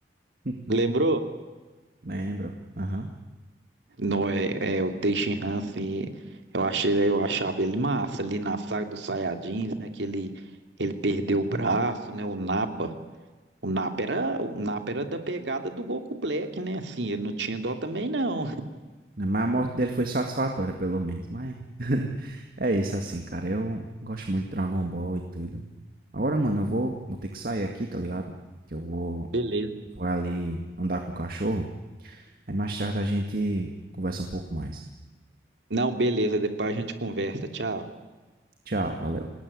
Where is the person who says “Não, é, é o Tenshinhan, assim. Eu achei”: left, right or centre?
Right